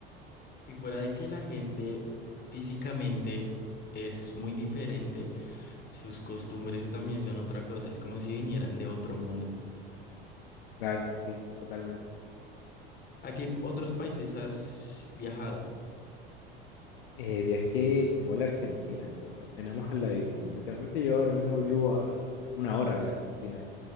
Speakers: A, on the left; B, on the left.
A: Y fuera de que la gente físicamente es muy diferente, sus costumbres también son otra cosa. Es como si vinieran de otro mundo.
B: Claro, sí, totalmente.
A: ¿A qué otros países has viajado?
B: Eh, viajé igual a Argentina, como lo tenemos al ladito. Literalmente yo ahora mismo vivo a una hora de Argentina.